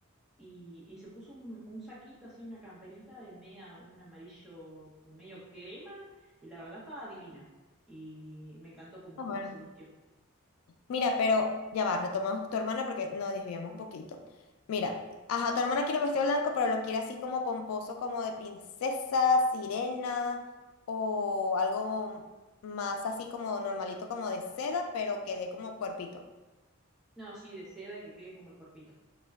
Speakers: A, in the centre; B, on the left (about 85°).
A: y, y se puso un, un saquito así, una camperita de media, un amarillo como medio crema, y la verdad estaba divina. Y me encantó cómo,
B: Ah,
A: cómo
B: Bueno.
A: se vistió.
B: Mira, pero ya va, retomamos tu hermana porque nos desviamos un poquito. Mira, ajá, tu hermana quiere un vestido blanco, pero lo quiere así como pomposo, como de princesa, sirena o algo más así como normalito, como de seda, pero que dé como cuerpito.
A: No, sí, de seda que quede como el cuerpito.